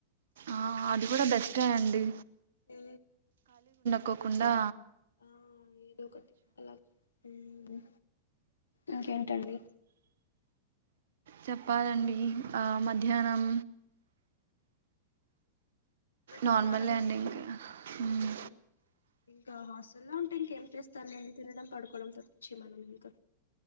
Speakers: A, on the right; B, on the left.
A: ఆ అది కూడా బెస్టే అండి.
B: ఏ
A: కోకుండా
B: ఆ ఏదో ఒకటి అలాగ మ్ ఇంకేంటండి
A: చెప్పాలండి ఆ మధ్యాహ్నం
B: మధ్యాహ్నం
A: నార్మలే అండి ఇంకా. హ్మ్.
B: మ్ ఇంకా హాస్ స్టల్ ఉంటే ఇంకేం చేస్తాన్ లెండి తినడం, పడుకోడం తపిచ్చి మనం ఇంక